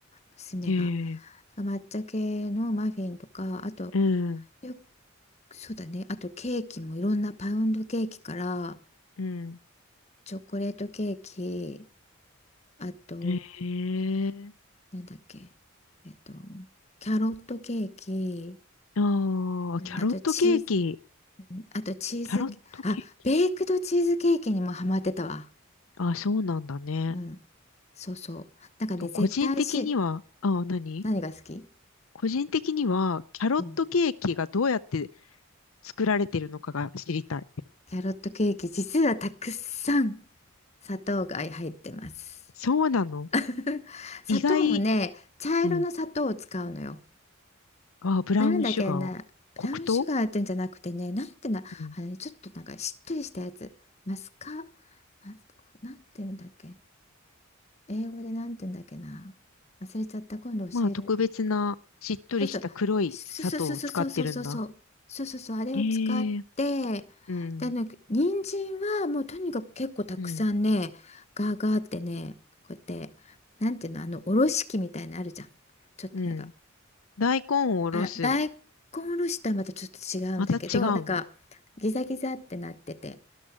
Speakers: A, on the left (about 30°); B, on the left (about 75°).
A: 娘が。
B: へえ、
A: 抹茶系のマフィンとか、あと
B: うん、
A: よ、そうだね、あとケーキもいろんなパウンドケーキから
B: うん。
A: チョコレートケーキ、あと
B: へえ。
A: なんだっけ、えっと、キャロットケーキ、
B: ああ、
A: うんあとチーズ、
B: キャロットケーキ。
A: うんあとチーズ、
B: キャロットケーキ
A: あ、ベイクドチーズケーキにもハマってたわ。
B: あ、そうなんだね。
A: うん。そうそう。なんかね、絶対し、
B: 個人的には、あ、何
A: 何が好き
B: 個人的には、キャロットケーキがどうやって
A: うん。
B: 作られてるのかが知りたい。
A: キャロットケーキ、実はたくさん砂糖が入ってます。
B: そうなの
A: <laughs> 砂糖もね、
B: 意外、
A: 茶色の砂糖を使うのよ。
B: うん。あ、ブラウンシュガーを。
A: なんだっけな、ブラウンシュガーってんじゃなくてね、
B: 黒糖
A: なんてな、
B: うん。
A: あのね、ちょっとなんかしっとりしたやつ、マスカ、マスなんて言うんだっけ、英語でなんて言うんだっけな、忘れちゃった、今度教える。
B: まあ、特別な、しっとりした黒い砂糖を使ってるんだ。
A: そうそう、そうそうそうそうそうそうそう、そうそうそう、あれを使って、
B: へえ、うん、
A: で、あの人参はもうとにかく結構たくさんね、
B: うん、
A: ガーガーってね、こうやって、なんていうの、あの、おろし器みたいなのあるじゃん。ちょっとなんか
B: うん。大根をおろす。
A: あ、大根おろしとはまたちょっと違うんだけど、
B: また違うん
A: なんかギザギザってなってて、